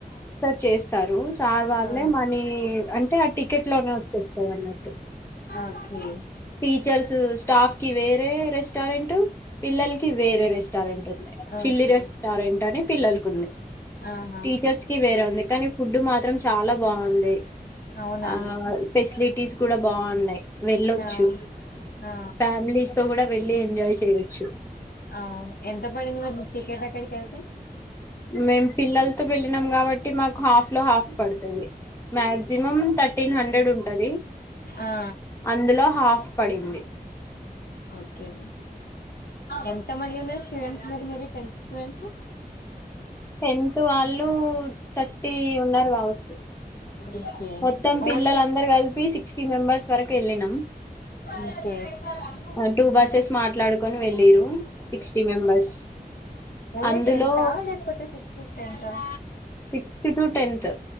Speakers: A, on the left; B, on the left.
A: చేస్ ఇస్తారు సార్ వాల్లే
B: ఆ
A: మనీ అంటే ఆ టికెట్ లోనే వచ్చేస్తది అన్నట్టు
B: ఓకే
A: టీచర్స్ స్టాఫ్ కి ఇవే వేరే రెస్టారెంట్ పిల్లలకి వేరే రెస్టారెంట్ ఉంది చిల్లీ
B: ఓకే
A: రెస్టారెంట్ అని పిల్లలకుంది
B: ఆహా
A: టీచర్స్ కి వేరే ఉంది కానీ ఫుడ్ మాత్రం చాలా బావుంది
B: అవునా
A: అ పేసిలిటీస్ కూడా బావున్నాయి వెళ్ళొచ్చు
B: ఆ ఆ
A: ఫ్యామిలీస్ తో కూడా వెళ్ళి ఎంజాయ్ చేయొచ్చు
B: అవును ఎంత పడింది మరి బుక్ టికెట్ కడికేల్తే
A: మేము పిల్లలతో వెళ్ళినం కాబట్టి మాకు హాఫ్ లో హాఫ్ పడతది మాక్సిమం తర్టీన్ హండ్రెడ్ ఉంటది
B: ఆ
A: అందులో హాఫ్ పడింది
B: ఓకే ఎంత మంది ఉన్నారు స్టూడెంట్స్ మరి మీరు టెన్త్ స్టూడెంట్స్
A: టెన్త్ వాళ్లు థర్టీ ఉన్నారు కావచ్చు
B: ఓకే
A: మొత్తం పిల్లల
B: ఓన్లీ
A: అందరు కలిపి సిక్స్టీ మెంబర్స్ వర కెళ్ళిన
B: ఓకే ఉమ్
A: టూ బస్సెస్ మాట్లాడుకొని వెళ్ళిరు సిక్స్టీ మెంబర్స్
B: ఓన్లీ
A: అందులో
B: టెన్త్ ఆ లేకపోతే సిక్స్ టు టెన్త్ ఆ
A: sixth to tenth